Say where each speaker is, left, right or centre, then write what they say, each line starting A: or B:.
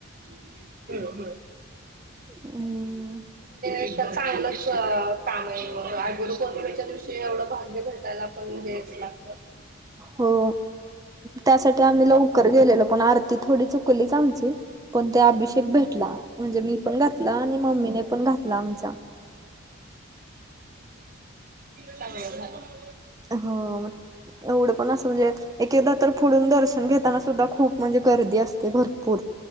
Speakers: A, on the right; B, on the right.
A: ते
B: हम्म
A: अ चांगलच अ काम आहे मग, आज गुरुपौर्णिमेच्या दिवशी एवढं भाग्य भेटायला मंग हेच लागत.
B: हो. त्यासाठी आम्ही लवकर गेलेलो पण आरती थोडी चुकलीच आमची पण ते अभिषेक भेटला, म्हणजे मी पण घातला आणि मम्मीनेे पण घातला आमच्या.
A: चांगल झालं.
B: हो एवढं पण असं म्हणजे एक एकदा तर पुढून दर्शन घेताना सुद्धा खूप म्हणजे गर्दी असते भरपूर.